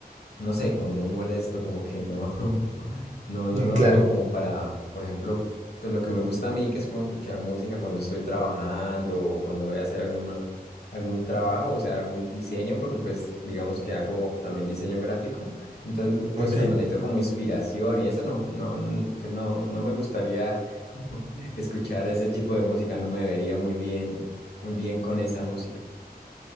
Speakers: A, on the left (about 75°); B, on the right (about 45°).
A: no sé, como muy molesto, como que no, <laughs> no, no
B: Mm,
A: lo
B: Claro,
A: veo como para, por ejemplo, pues lo que me gusta a mí, que es como escuchar música cuando estoy trabajando o cuando voy a hacer alguna, algún trabajo, o sea, algún diseño, porque pues digamos que hago también diseño gráfico. Entonces,
B: ok.
A: pues cuando necesito como inspiración y eso, no, no, n- pues no, no me gustaría <laughs> como escuchar ese tipo de música, no me vería muy bien, muy bien con esa música.